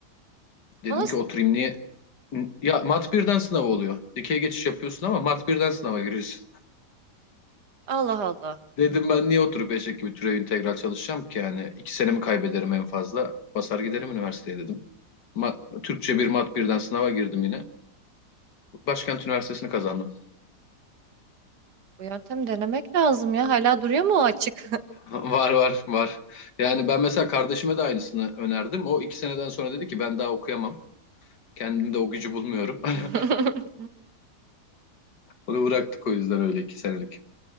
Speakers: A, on the left (about 75°); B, on the right (about 70°).
A: Dedim
B: O nasıl-
A: ki oturayım niye? Ya mat birden sınav oluyor. Dikey geçiş yapıyorsun ama mat birden sınava giriyorsun.
B: <laughs> Allah Allah.
A: <laughs> Dedim ben niye oturup eşek gibi türev integral çalışacağım ki yani iki senemi kaybederim en fazla. Basar giderim üniversiteye dedim. Ma- Türkçe bir mat birden sınava girdim yine. Başkent Üniversitesi'ni kazandım.
B: Bu yöntemi denemek lazım ya. Hala duruyor mu o açık?
A: Var var var. Yani ben mesela kardeşime de aynısını önerdim. O iki seneden sonra dedi ki ben daha okuyamam. Kendimde o gücü bulmuyorum.
B: <laughs>
A: <laughs> Onu bıraktık o yüzden öyle iki senelik.